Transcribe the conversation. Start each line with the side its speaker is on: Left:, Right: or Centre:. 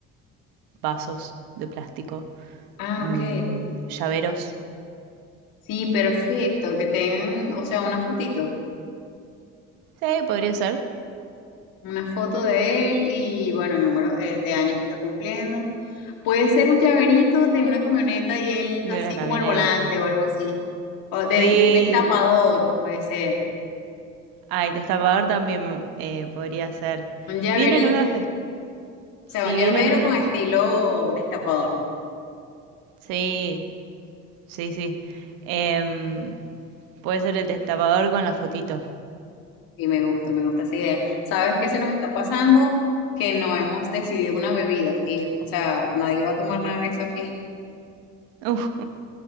Right: vasos de plástico,
Left: Ah,
Right: mm,
Left: ok.
Right: llaveros.
Left: Sí, perfecto. Que tengan, o sea, una fotito.
Right: Sí, podría ser.
Left: una foto de él y bueno, el número eh, de años que está cumpliendo. Puede ser un llaverito de una camioneta y él
Right: De
Left: así
Right: una camioneta.
Left: como al volante o algo así. O de
Right: Sí,
Left: un destapador, puede ser.
Right: ay, destapador también eh, podría ser.
Left: Un llaverito,
Right: Vienen unos,
Left: o
Right: est-
Left: sea,
Right: sí,
Left: un llavero
Right: vienen unos,
Left: con estilo destapador.
Right: sí, sí, sí. Em, puede ser el destapador con la fotito.
Left: Y me gusta, me gusta esa idea. ¿Sabes qué se nos está pasando? Que no hemos decidido una bebida. Y, o sea, nadie va a tomar nada en esa fiesta.
Right: Uf,